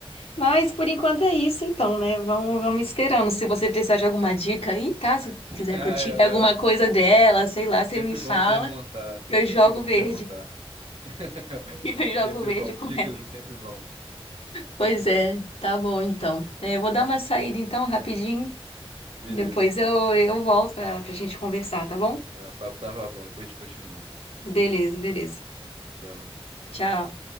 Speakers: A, on the left; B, on the right.
A: Mas por enquanto é isso, então, né? Vamos, Vamos esperando. Se você precisar de alguma dica aí, tá? Se
B: <laughs>
A: quiser
B: Ah,
A: que eu tire
B: é,
A: alguma
B: é bo-
A: coisa dela, sei lá, você
B: sempre
A: me fala.
B: bom perguntar.
A: Eu
B: Sempre
A: jogo
B: bom
A: verde.
B: perguntar. <laughs>
A: <laughs> Eu jogo
B: Sempre
A: verde
B: bom.
A: com
B: Dicas
A: ela.
B: é sempre bom.
A: Pois é, tá bom então. É, eu vou dar uma saída então, rapidinho.
B: Beleza,
A: Depois
B: então.
A: eu, eu volto pra, pra gente conversar, tá bom?
B: É, o papo tava bom, depois a gente continua.
A: Beleza, beleza.
B: Tchau.
A: Tchau.